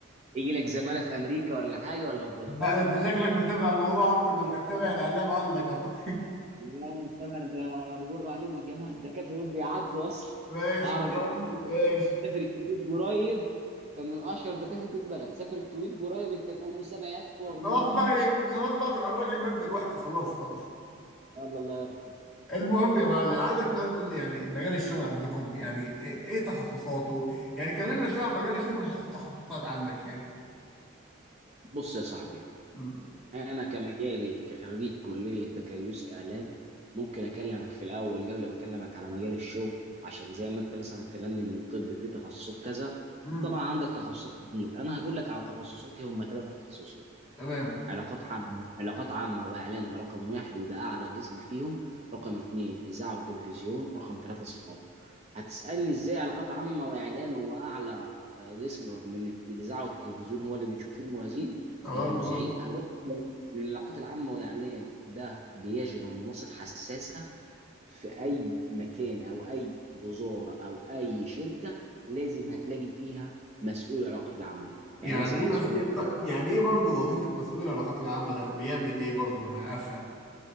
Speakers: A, on the right; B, in the centre.
A: يجي لك زماله في امريكا ولا حاجه ولا في بريطانيا
B: لا ده انت شكلك متابع الموضوع اكتر ما انت متابع الاعلام عندك اهو
A: لا انا متابع انا ب- بجر عليهم الجماعه الدكاتره دول بيعدوا اصلا
B: <laughs> ماشي
A: اعرف
B: يا
A: دكتور
B: عم
A: بيقول
B: ماشي
A: لي سافر الكويت قريب كان من اشهر دكاتره البلد سافر الكويت قريب انت فاهم وساب عيادته رغم
B: خلاص
A: انه كان
B: بقى إيه،
A: اشهر
B: خلاص بقى تبقى الراجل مات دلوقتي خلاص خلاص
A: الله الله يرحمه
B: المهم يا معلم عايزك بقى تقول لي يعني مجال الشغل عندكم يعني ايه إيه تخصصاته يعني كلمنا شويه عن مجال الشغل من حيث التخصصات عندك يعني
A: بص يا صاحبي
B: امم
A: انا كمجالي كخريج كليه بكالوريوس اعلام ممكن اكلمك في الاول قبل ما اكلمك على مجال الشغل عشان زي ما انت مثلا كلمني ان الطب فيه تخصصات كذا
B: امم
A: طبعا عندك تخصصات كتير انا هقول لك على تخصصاتي هم ثلاث تخصصات
B: تمام
A: علاقات عامة علاقات عامة وإعلان ده رقم واحد وده أعلى قسم فيهم رقم اتنين إذاعة وتلفزيون رقم ثلاثة ثقافة هتسألني إزاي علاقات عامة وإعلان هو أعلى آه، قسم رغم إن الت- الإذاعة والتلفزيون هو اللي بنشوف فيه المذيعين
B: تمام
A: المذيعين
B: اه
A: أقول لأن العلاقات العامة والإعلان ده بيشغل مناصب حساسة في أي مكان أو أي وزارة أو أي شركة لازم هتلاقي فيها مسؤول العلاقات العامة يعني
B: يعني
A: مثلا
B: ايه
A: مسؤول
B: مس... يعني ايه برضو وظيفه مسؤول العلاقات العامه ده بيعمل ايه برضو ما انا افهم